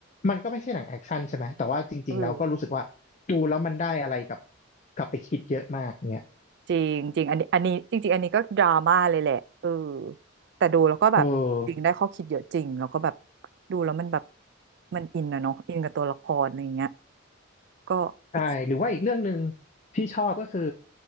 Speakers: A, on the left (about 35°); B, on the right (about 55°).
A: มันก็ไม่ใช่หนังแอคชั่นใช่ไหมแต่ว่าจริงๆเราก็รู้สึกว่าดูแล้วมันได้อะไรกับ
B: เออ
A: กลับไปคิดเยอะมากเนี้ย
B: จริงจริงอันนี้อันนี้จริงๆอันนี้ก็ดราม่าเลยแหละเออแต่ดูแล้วก็แบบจริงได้ข้อคิดเยอะจริงแล้วก็แบบ
A: เออ
B: ดูแล้วมันแบบมันอินนะเนาะอินกับตัวละครอะไรอย่างเงี้ยก็อีก
A: ใช่หรือว่าอีกเรื่องหนึ่งที่ชอบก็คือ